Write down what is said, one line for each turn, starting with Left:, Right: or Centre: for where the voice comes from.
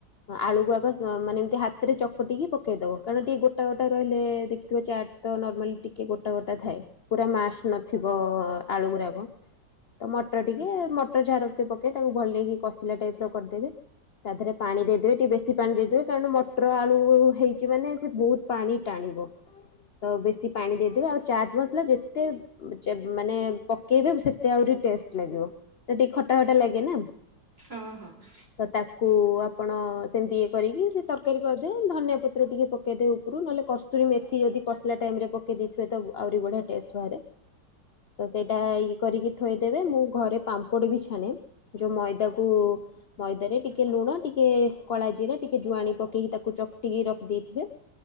Left: ହଁ ଆଳୁ କୁ ଆଉ କ ସ ମାନେ ଏମିତି ହାତ ରେ ଚକଟିକି ପକେଇଦବ କାରଣ ଟିକେ ଗୋଟା ଗୋଟା ରହିଲେ ଦେଖିଥିବ ଚାଟ୍ ତ ନର୍ମାଲି ଟିକେ ଗୋଟା ଗୋଟା ଥାଏ ପୁରା ମାସ ନଥିବ ଆଳୁ ଗୁରାକ। ତ ମଟର ଟିକେ
Right: ହୁଁ
Left: ମଟର ଝାର ତ ପକେଇ ତାକୁ ଭଲକି କଷିଲା ଟାଇପ୍ ର କରିଦେବେ ତା ଥିରେ ପାଣି ଦେଇ ଦେବେ ଟିକେ ବେଶୀ ପାଣି ଦେଇ ଦେବେ କାରଣ ମଟର ଆଳୁ ହେଇଛି ମାନେ ସେ ବହୁତ୍ ପାଣି ଟାଣିବ। ତ ବେଶୀ ପାଣି ଦେଇଦେବେ ଆଉ ଚାଟ୍ ମସଲା ଯେତେ ମାନେ ପକେଇବେ ସେତେ ଆହୁରି ଟେଷ୍ଟ ଲାଗିବ। ଏ ଟିକେ ଖଟା ଖଟା ଲାଗେ ନା।
Right: ହଁ ହଁ।
Left: ତ ତାଙ୍କୁ ଆପଣ ସେମିତି ଇଏ କରିକି ସେ ତରକାରୀ କରିଦେଏ ଧନିଆଁ ପତ୍ର ଟିକେ ପକେଇଦିଏ ଉପରୁ ନହେଲେ କସ୍ତୁରୀ ମେଥି ଯଦି କସିଲା ଟାଇମ୍ ରେ ପକେଇ ଦେଇଥିବେ ତ ଆହୁରି ବଢିଆ ଟେଷ୍ଟ ବାହାରେ। ତ ସେଇଟା ଇଏ କରିକି ଥୋଇଦେବେ ମୁଁ ଘରେ ପାମ୍ପୋଡ ବି ଛାଣେ। ଯୋଉ ମଇଦାକୁ ମଇଦାରେରେ ଟିକେ ଲୁଣ ଟିକେ କଳା ଜିରା ଟିକେ ଜୁଆଣି ପକେଇକି ତାକୁ ଚକଟିକି ରଖିଦେଇଥିବେ